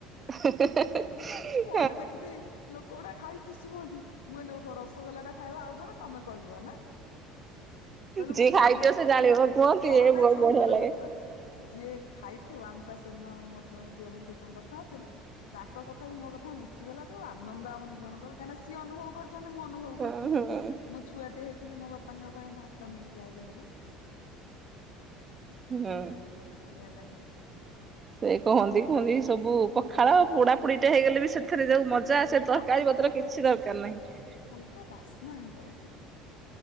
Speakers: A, on the right; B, on the left.
A: ହିଁ- ହିଁ - ହିଁ।
B: ଫୋନ୍ ରେ ଦେଖିଚି ଲୋକ ଗୁଟା ଖାଇ ଖୁସି ହୁଅନ୍ତି ମୁଁ କହିଲି ଓହୋ ରସଗୋଲା ଟା ଖାଇବ ଆଉ ଜଣେ ତମେ କହିବ ନା କହିଲେ
A: ଯିଏ
B: ମୁଁ ଫୋନ୍
A: ଖାଇଥିବ
B: ରେ ଦେଖିଚି
A: ସେ ଜାଣିବ କୁହନ୍ତି
B: ହଁ
A: ଏ
B: -ନାଇଁ ସତରେ
A: ବଢିଆ ଲାଗେ।
B: ସତ୍ ତରେ ଯିଏ ଖାଇଥିବ ଆମେ ପା ସେଦିନ ମୋର ଜଣେ ଦିଅରଙ୍କ ସହିତ ମୁଁ କଥ୍ କଥା ହଉଥିଲି ତାଙ୍କ କଥାକୁ ମୋ କଥା ମିଶିଗଲା ଯଉ ଆନନ୍ଦ ଆମ ଦି ଜଣଙ୍କର କାହିଁକି ନା ସିଏ ଅନୁଭବ କରି କରିଚନ୍ତି ମୁଁ ଅନୁଭବ
A: ହଁ
B: କରିଚି
A: ହଁ
B: ମୁଁ ଛୁଆଟେ ହେଇଥିଲି ମୋ ବାପାଙ୍କ ପାଇଁ ଭାତ ନେଇକି ଯାଏ ବିଲକୁ। ସେଟା
A: ହଁ।
B: ବଢିଆ ଲାଗେ।
A: ସେ କହନ୍ତି- କୁହନ୍ତି ସବୁ ପଖାଳ ପୁଡାପୁଡି ଟେ ହେଇଗଲେ ବି ସେ ସେଥେରେ ଯଉ ମଜା ଆସେ ତରକାରୀ
B: ହଁ
A: ପତ୍ର କିଛି ଦରକାର୍ ନାହିଁ।
B: ପୁରା ବାସ୍ନା ହେଇଯାଏ ସେଠି